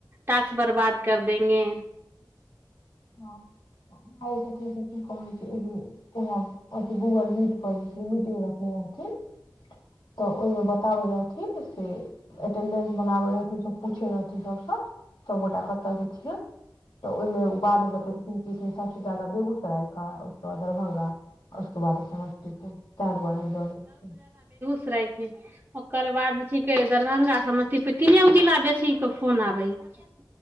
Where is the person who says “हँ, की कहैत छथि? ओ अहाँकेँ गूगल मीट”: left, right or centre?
Left